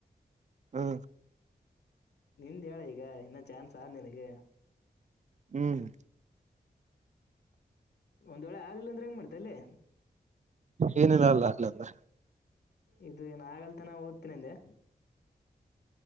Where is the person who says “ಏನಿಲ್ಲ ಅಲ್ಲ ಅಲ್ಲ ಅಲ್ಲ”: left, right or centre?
Right